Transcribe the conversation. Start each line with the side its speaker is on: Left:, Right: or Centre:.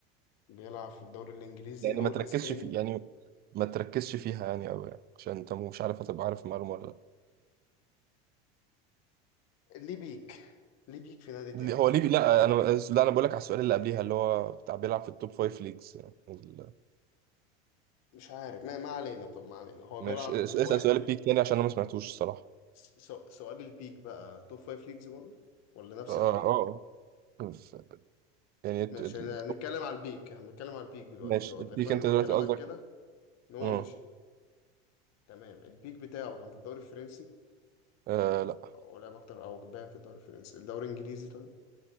Left: بيلعب في الدوري الإنجليزي
Right: يعني
Left: أو
Right: ما تركزش
Left: الأسباني
Right: في يعني ما تركزش فيها يعني أوي يعني عشان انت مش عارف هتبقى عارف المعلومه ولا لا
Left: ليه بيك ليه بيك في نادي تاني
Right: ليه- هو
Left: صح؟
Right: ليفي لا انا لا انا بقول لك على السؤال اللي قبليها اللي هو بتاع بيلعب في التوب فايف ليجز يعني ال-
Left: مش عارف ما, ما علينا طب ما علينا هو
Right: ماشي
Left: بيلعب دلوقتي
Right: اس- اسال سؤال البيك تاني عشان انا ما سمعتوش الصراحه
Left: س- س- سؤال البيك بقى توب فايف ليجز برضه ولا نفس
Right: اه
Left: فريقه؟
Right: اه ف- يعني الت-
Left: ماشي
Right: التوب-
Left: ن- نتكلم على البيك هنتكلم على البيك دلوقتي
Right: ماشي
Left: هو تقريبا
Right: البيك انت
Left: من
Right: دلوقتي
Left: كلامك
Right: قصدك
Left: كده ان هو
Right: اه
Left: مشي تمام البيك بتاعه كان في الدوري الفرنسي
Right: آه، لا
Left: او لعب اكتر او كان باين في الدوري الفرنسي الدوري الانجليزي طيب